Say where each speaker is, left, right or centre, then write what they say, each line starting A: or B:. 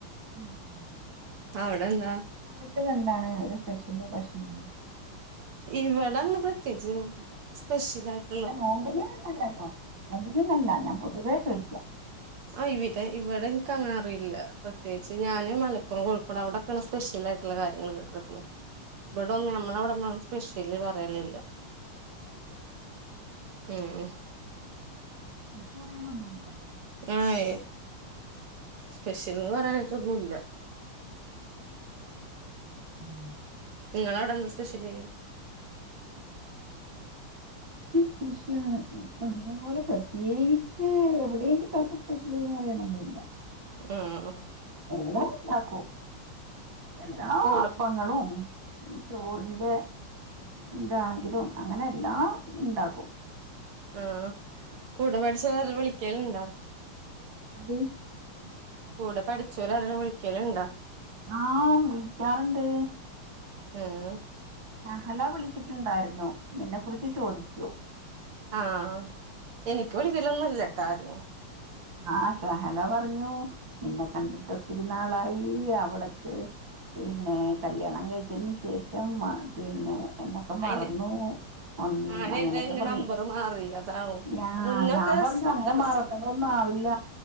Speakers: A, on the right (about 60°); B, on the right (about 85°).
A: ഉം ഉം
B: അവ്ടെന്താ
A: അവിടത്തെ എന്താണ് ഒരു സ്പെഷ്യല് ഭക്ഷണം
B: ഇവടങ്ങനെ പ്രത്യേകിച്ച് സ്പെഷ്യൽ ആയിട്ട്
A: നോമ്പിന് അല്ലട്ടോ നോമ്പിനെന്നല്ല ഞാൻ പൊതുവേ ചോയ്ക്ക
B: ആഹ് ഇവിടെ ഇവിടെ എനിക്കങ്ങനെ അറിയില്ല പ്രത്യേകിച്ച് ഞാന് മലപ്പുറം കോഴിക്കോട് അവിടെ കെള്ള സ്പെഷ്യൽ ആയിട്ടുള്ള കാര്യങ്ങള് കേട്ടീണ് ഇവിടന്നും നമ്മളവിടന്നും അങ്ങനെ സ്പെഷല് പറലില്ല ഉം
A: ചോറിന് ഒന്ന് ഇല്ലാലെ
B: ആഹ് സ്പെഷ്യൽന്ന് പറയാനായിട്ടൊന്നുല്ല
A: അതാണ്
B: നിങ്ങളവടെന്താ സ്പെഷ്യല്
A: സ്പെഷ്യല് പറഞ്ഞ പോലെ പ്രത്യേകിച്ച് എവിടെയും കിട്ടാത്തെ സ്പെഷ്യൽന്ന് പറയാനൊന്നുല്ല
B: ആഹ്
A: എല്ലാം ഉണ്ടാക്കും എല്ലാ
B: കൂടെ
A: അപ്പങ്ങളും ചോറിന്റെ ഇതാണെങ്കിലും അങ്ങനെ എല്ലാം ഉണ്ടാകും
B: ആഹ് കൂടെ പഠിച്ചവർ ആരേലും വിളിക്കലുണ്ടോ
A: ആര്
B: കൂടെ പഠിച്ചവരാരേലു വിളിക്കലിണ്ടാ
A: ആഹ് വിളിക്കാറിണ്ട്
B: ഏഹ്
A: ഷഹല വിളിച്ചിട്ടിണ്ടാരുന്നു നിന്നെ കുറിച്ച് ചോദിച്ചു
B: ആഹ് എനിക്ക് വിളിക്കലൊന്നില്ലട്ട ആരും
A: ആഹ് ഷെഹല പറഞ്ഞു നിന്നെ കണ്ടിട്ട് ഒത്തിരിനാളായി അവൾക്ക് പിന്നെ കല്യാണം കഴിച്ചേന് ശേഷം പിന്നെ എന്നൊക്കെ മറന്നു
B: അയിന്
A: ഒന്ന്
B: ആഹ്
A: അങ്ങനൊക്കെ
B: എന്റെ എന്റെ
A: പറഞ്ഞു
B: നമ്പർ മാറി അതാവും
A: ഞാ
B: മുന്നൊക്കെ
A: ഞാൻ പറഞ്ഞു അങ്ങനെ
B: ഇതൊക്കെ
A: മറ കലൊന്നാവില്ല